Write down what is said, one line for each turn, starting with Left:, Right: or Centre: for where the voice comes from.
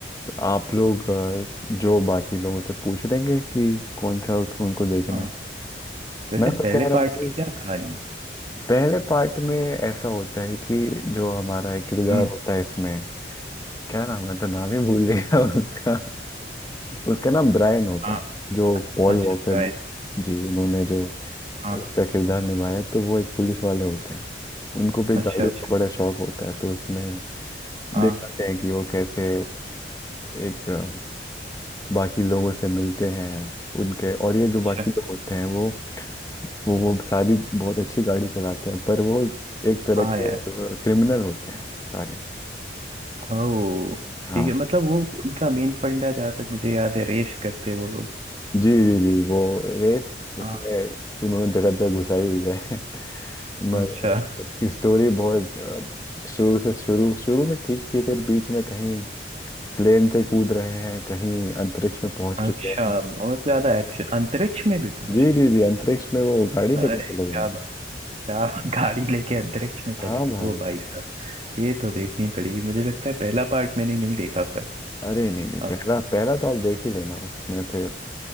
Left: आप लोग अ, जो बाकी लोगों से पूछ लेंगे कि कौन सा उत- उनको देखना
Right: हाँ
Left: है
Right: वैसे
Left: मैं तो
Right: पहले
Left: कह रहा
Right: पार्ट
Left: हूँ कि
Right: की क्या कहानी
Left: पहले पार्ट में ऐसा होता है कि जो हमारा एक किरदार
Right: हम्म
Left: होता है इसमें क्या नाम है तो नाम ही भूल गया <laughs> उसका उसका नाम ब्रायन होता
Right: हाँ
Left: है जो पॉल
Right: अच्छा
Left: वॉकर
Right: राइट
Left: जी जी, उन्होंने जो
Right: हाँ
Left: उसका किरदार निभाया तो वो एक पुलिस वाले होते हैं उनको भी गाड़ियों
Right: अच्छा अच्छा
Left: का बड़ा शौक होता है तो उसमें
Right: हाँ
Left: देख पाते हैं कि वो कैसे एक अ, बाकी लोगों से मिलते हैं उनके और ये
Right: अच्छा
Left: जो बाकी लोग होते हैं वो वो वो सारी बहुत अच्छी गाड़ी चलाते हैं पर वो एक तरह
Right: हाँ
Left: के
Right: यार
Left: क्रिमिनल होते हैं सारे
Right: ओ
Left: हाँ
Right: ठीक है मतलब वो उनका मेन फंडा जहाँ तक मुझे याद है रेस करते वो लोग
Left: जी जी जी वो रेस उसमें
Right: हाँ
Left: उन्होंने जगह जगह घुसाई हुई है <laughs> मगर
Right: अच्छा
Left: उसकी स्टोरी बहुत अ, शुरू से शुरू शुरू में ठीक थी फिर बीच में कहीं प्लेन से कूद रहे हैं कहीं अंतरिक्ष में पहुंच
Right: अच्छा
Left: चुके हैं
Right: और ज्यादा एक्शन अंतरिक्ष में भी पहुंच
Left: जी
Right: गए
Left: जी जी अंतरिक्ष में वो गाड़ी लेके
Right: अरे
Left: चले गए
Right: क्या
Left: हैं।
Right: बात क्या <laughs> गाड़ी लेके अंतरिक्ष में चले
Left: हाँ
Right: गए
Left: भाई
Right: वो भाई साहब ये तो देखनी पड़ेगी मुझे लगता है पहला पार्ट मैंने नहीं देखा था
Left: अरे नहीं नहीं
Right: हाँ
Left: पहला पहला तो आप देख ही लेना उसमें फिर